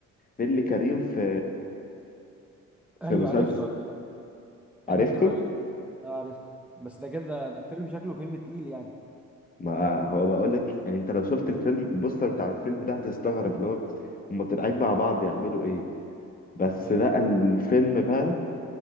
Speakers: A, on the left (about 30°); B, in the centre.
A: نيللي كريم في
B: ايوه
A: في مسلسل
B: عرفته عرفته
A: عرفته؟
B: عرفت الراجل اه عرفته بس ده كده ده ده فيلم شكله فيلم تقيل يعني
A: ما هو بقول لك يعني انت لو شفت الفيلم البوستر بتاع الفيلم ده هتستغرب اللي هو هما طالعين مع بعض يعملوا ايه بس
B: ايوه
A: بقى
B: ايوه
A: الفيلم
B: صح
A: بقى